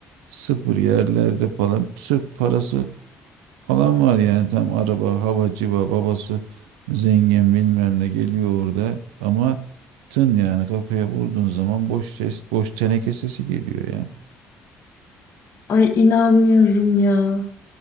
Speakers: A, on the right; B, on the left.
A: sıfır yerlerde falan sırf parası falan var yani tam araba hava civa babası zengin bilmem ne geliyor orada ama tın yani kafaya vurduğun zaman boş ses boş teneke sesi geliyor ya.
B: ay inanmıyorum ya.